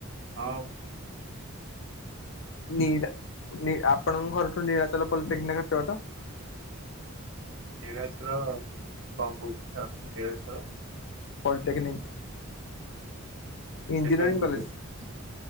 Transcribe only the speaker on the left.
ନୀଳ୍ ଆପଣଙ୍କ ଘରଠୁ ନୀଳାଚଳ ପଲିଟେକ୍ନିକ କେତେବାଟ?
ପଲିଟେକ୍ନିକ ଇଞ୍ଜିନିୟରିଂ
କଲେଜ